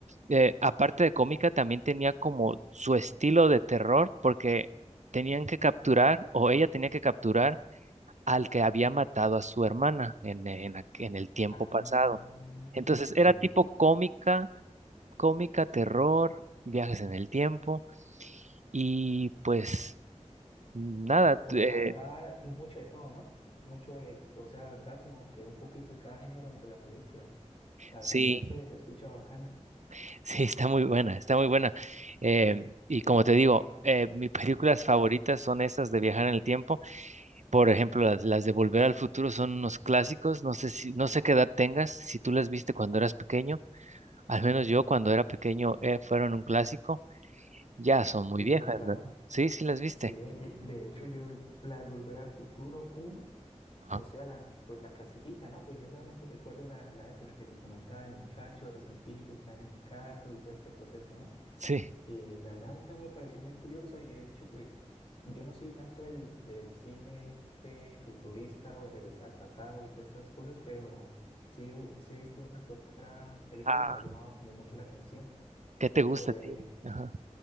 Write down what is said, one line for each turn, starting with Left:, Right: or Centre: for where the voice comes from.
Right: eh, aparte de cómica, también tenía como su estilo de terror porque tenían que capturar o ella tenía que capturar al que había matado a su hermana en, en aqu- en el tiempo
Left: ah,
Right: pasado. Entonces
Left: sí.
Right: era tipo cómica, cómica, terror, viajes en el tiempo y pues nada, t-
Left: Como que abarcaba
Right: eh,
Left: mucho de todo, ¿no? Mucho de, o sea, abarcaba como que un poquito de cada género dentro de la película. La
Right: sí,
Left: verdad se, se escucha bacana.
Right: <laughs> sí, está muy buena, está muy buena. Eh, y como te digo, eh, mis películas favoritas son esas de viajar en el tiempo. Por ejemplo, las, las de Volver al Futuro son unos clásicos. No sé si, no sé qué edad tengas, si tú las viste cuando eras pequeño. Al menos yo cuando era pequeño eh, fueron un clásico. Ya son muy
Left: Sí,
Right: viejas,
Left: claro.
Right: ¿verdad? Sí, sí las viste.
Left: Sí, y de hecho yo la del Volver al Futuro 1.
Right: Ajá.
Left: O sea, la, pues la clasiquita, ¿no? Pues yo solamente recuerdo la, la, esa, la que te comentaba, el muchacho, el científico que anda en el carro y todo este proceso, ¿no?
Right: Sí.
Left: Que la verdad también me pareció muy curiosa y de hecho, pues yo no soy tanto del, del cine este futurista o de regresar al pasado y todas estas cosas, pero sí, he sí he visto una que otra película
Right: Ah,
Left: que me ha llamado como mucho la atención
Right: ¿qué te gusta
Left: sobre,
Right: a ti? Ajá.